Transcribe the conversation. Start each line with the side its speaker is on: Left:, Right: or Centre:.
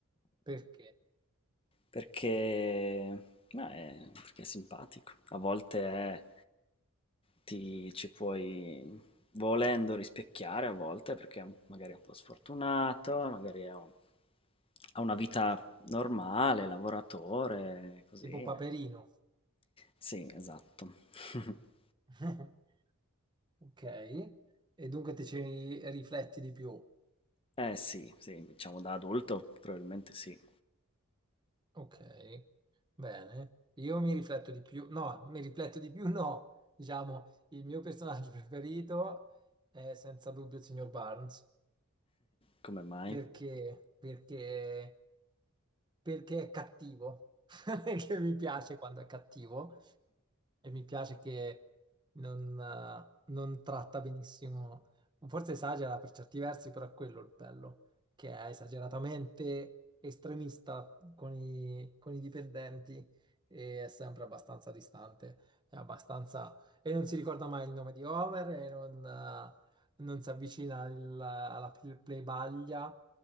Right: Perché?
Left: Perché, ma è, perché è simpatico. A volte è- ti, ci puoi volendo rispecchiare, a volte perché è un- magari è un po' sfortunato, magari è un- ha una vita normale, lavoratore, così.
Right: Tipo
Left: eh.
Right: Paperino.
Left: Sì, esatto. <laughs>
Right: <laughs> Ok, e dunque ti ci ri- rifletti di più.
Left: Eh sì, sì, diciamo da adulto probabilmente sì.
Right: Ok, bene. Io mi rifletto di più, no, mi rifletto di più, <laughs> no. Diciamo, il mio personaggio preferito è senza dubbio il signor Barnes.
Left: Come mai?
Right: Perché? Perché, perché è cattivo, <laughs> che mi piace quando è cattivo, e mi piace che non, eh, non tratta benissimo, forse esagera per certi versi, però è quello il bello, che è esageratamente estremista con i, con i dipendenti e è sempre abbastanza distante, è abbastanza... e non si ricorda mai il nome di Homer e non, eh, non si avvicina il- alla ple- plebaglia